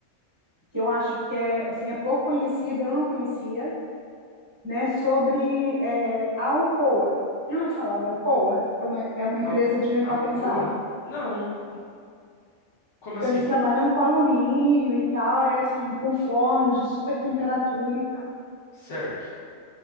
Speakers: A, on the right; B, on the left.
A: que eu acho que é, assim, é pouco conhecida, eu não conhecia, né, sobre é, a Alcoa. Já ouviu falar da Alcoa? É uma, é uma empresa
B: Al
A: de metal
B: Alcoa?
A: pesado.
B: Não. Como
A: Então,
B: assim?
A: eles trabalham com alumínio e tal, é assim, com fornos de super temperatura e
B: Certo.